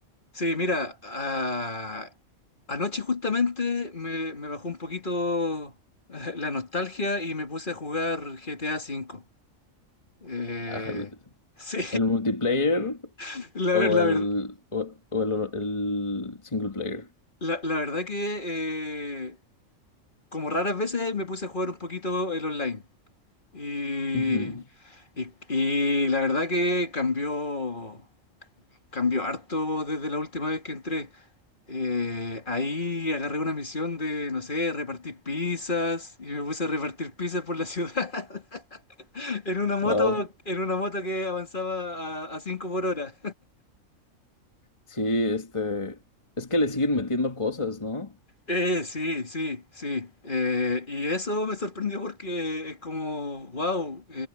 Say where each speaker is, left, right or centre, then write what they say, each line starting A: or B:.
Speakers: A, on the left; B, on the left.
A: sí, mira, ah, anoche justamente me, me bajó un poquito <laughs> la nostalgia y me puse a jugar GTA V. Eh,
B: Ajá, ¿El
A: sí,
B: el multiplayer
A: <laughs> la,
B: o
A: ver- la
B: el,
A: ver-
B: o, o el, el single player?
A: la- la verdad que eh, como raras veces me puse a jugar un poquito el online. Y,
B: Ujú.
A: y, y la verdad que cambió, cambió harto desde la última vez que entré. Eh, ahí agarré una misión de, no sé, repartir pizzas y me puse a repartir pizzas por la ciudad <laughs> en una moto,
B: Wow.
A: en una moto que avanzaba a, 5 por hora.
B: Sí, este, es que le siguen metiendo cosas, ¿no?
A: Eh, sí, sí, sí. Eh, y eso me sorprendió porque es como, wow,